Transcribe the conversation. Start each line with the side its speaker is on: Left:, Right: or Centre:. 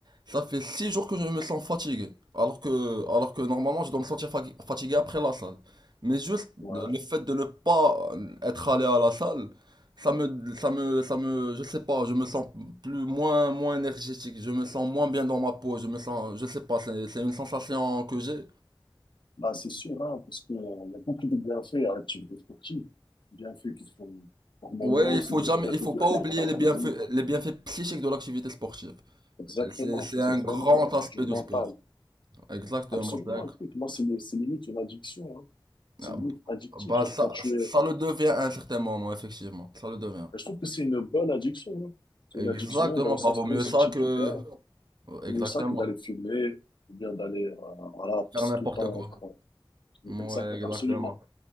Right: Ça fait six jours que je me sens fatigué. Alors que, alors que normalement, je dois me sentir fa- fatigué après la salle. Mais juste
Left: ouais,
Right: le fait de ne pas être allé à la salle, Ça me, ça me, ça me, je sais pas, je me sens plus, moins, moins énergétique, je me sens moins bien dans ma peau, je me sens, je sais pas, c'est, c'est une sensation que j'ai.
Left: Bah, c'est sûr, hein, parce qu'il y a beaucoup de bienfaits à l'activité sportive. Bienfaits qui sont hormonaux,
Right: Ouais, il
Left: c'est
Right: faut
Left: des
Right: jamais,
Left: bienfaits
Right: il faut
Left: qui
Right: pas
Left: sont
Right: oublier
Left: métaboliques.
Right: les bienfaits, les bienfaits psychiques de l'activité sportive.
Left: Exactement.
Right: Euh, C'est, c'est
Left: C'est
Right: un
Left: vraiment
Right: grand aspect
Left: du mental.
Right: du sport. Exactement,
Left: Absolument.
Right: c'est un-
Left: Écoute, moi, c'est les- c'est limite une addiction. Hein. C'est
Right: Ah,
Left: limite addictif.
Right: Bah,
Left: Genre,
Right: ça,
Left: quand tu
Right: ça
Left: es.
Right: le devient à un certain moment, effectivement. Ça le devient.
Left: Je trouve que c'est une bonne addiction. hein. C'est
Right: Exactement,
Left: une addiction dans le
Right: bah,
Left: sens
Right: vaut
Left: positif
Right: mieux ça que,
Left: du terme.
Right: exactement,
Left: C'est pour ça que d'aller fumer, ou bien d'aller, euh, voilà,
Right: faire n'importe
Left: tout le temps.
Right: quoi.
Left: en train
Right: Ouais,
Left: Exact,
Right: exactement.
Left: absolument.